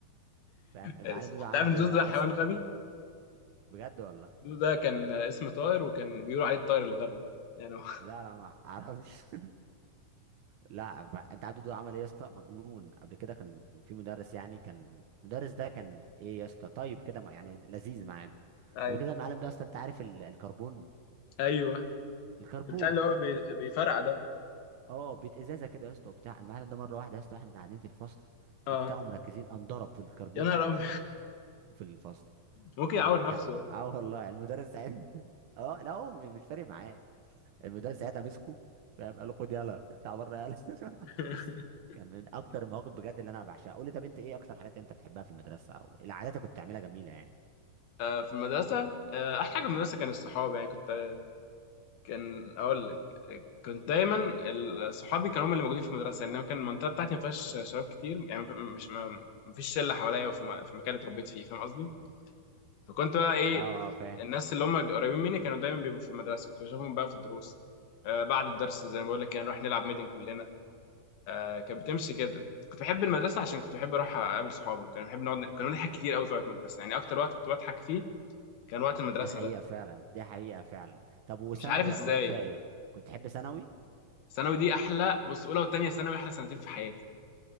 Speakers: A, on the right; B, on the left.
A: فاهم المعلم
B: آسف.
A: دودو
B: انت
A: عمل
B: عارف ان
A: ايه
B: زوز
A: بقى
B: ده حيوان
A: يا اسطى
B: غبي
A: <laughs> بجد والله
B: زوز ده كان اسم طائر وكان بيقولوا عليه الطائر الغبي يعني هو <laughs>
A: لا لا ما اعرفش <laughs> لا ف- انت عارف دودو عمل ايه يا اسطى مجنون قبل كده كان في مدرس يعني كان المدرس ده كان ايه يا اسطى طيب كده ما- يعني لذيذ معانا
B: ايوه
A: قبل كده المعلم ده اصلا انت عارف ال- الكربون
B: ايوه
A: الكربون
B: بتاع اللي هو بي- بيفرقع ده
A: اه بيت ازازه كده يا اسطى وبتاع المعلم ده مره واحده يا اسطى واحنا قاعدين في الفصل
B: اه
A: وبتاع مركزين قام ضرب في الكربون
B: يا نهار ابيض
A: في الفصل
B: ممكن
A: كان
B: يعور نفسه
A: كان
B: آه
A: اه والله المدرس ساعتها <laughs> اه لا هو مش فارق معاه المدرس ساعتها مسكه فاهم قال له خد يلا اطلع بره يلا
B: <laughs>
A: <laughs> كان من اكتر المواقف بجد اللي انا بعشقها قول لي طب انت ايه اكتر حاجات انت بتحبها في المدرسه او إيه العادات اللي كنت بتعملها جميله يعني
B: آه، في المدرسه آه احلى حاجه في المدرسه كان الصحاب يعني كنت كان اقول لك كنت دايما ال- صحابي كانوا هم اللي موجودين في المدرسه يعني أنا كان المنطقه بتاعتي ما فيهاش شباب كتير يعني مش ما ما فيش شله حواليا في الم- في المكان اللي اتربيت فيه فاهم قصدي فكنت بقى ايه
A: اه اه فاهم
B: الناس اللي هم قريبين مني كانوا دايما بيبقوا في المدرسه كنت بشوفهم بقى في الدروس آه بعد الدرس زي ما بقول لك كان نروح نلعب ميدن كلنا آه كانت بتمشي كده كنت بحب المدرسه عشان كنت بحب اروح اقابل صحابي كان بحب نقعد كنا بنضحك كتير قوي في المدرسه يعني اكتر وقت كنت بضحك فيه كان وقت المدرسه
A: دي حقيقه
B: ده
A: فعلا دي حقيقه فعلا طب وثانوي
B: مش عارف ازاي
A: اخبارك فيها ايه كنت تحب ثانوي
B: ثانوي دي احلى بص اولى وثانيه ثانوي احلى سنتين في حياتي